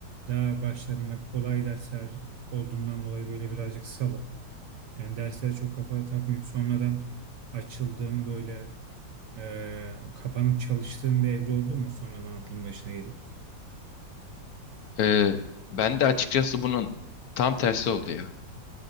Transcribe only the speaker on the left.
Ee, ben de açıkçası bunun tam tersi oldu ya.